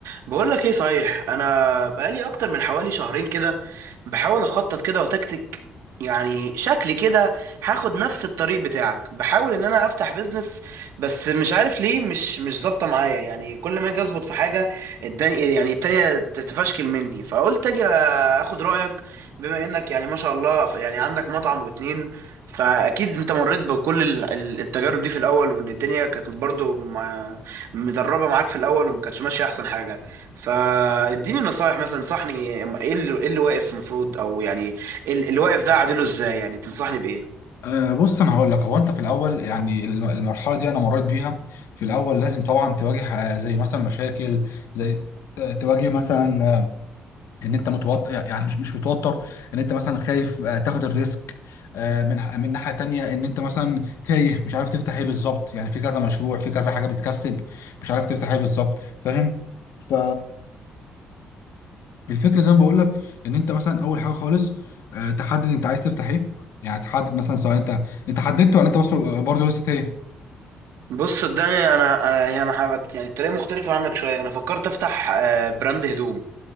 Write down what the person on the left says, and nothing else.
أه بص انا هقول لك هو انت في الاول يعني الم- المرحله دي انا مريت بيها في الاول لازم طبعا تواجه آه، زي مثلا مشاكل زي آه، تواجه مثلا آه، ان انت متوتر يعني مش مش متوتر ان انت مثلا خايف آه، تاخد الريسك آه، من ح- من ناحيه تانية ان انت مثلا تايه مش عارف تفتح ايه بالظبط يعني في كذا مشروع في كذا حاجه بتكسب مش عارف تفتح ايه بالظبط فاهم ف الفكره زي ما بقول لك ان انت مثلا اول حاجه خالص آه، تحدد انت عايز تفتح ايه يعني تحدد مثلا سواء انت انت حددت ولا انت بس برضه لسه ايه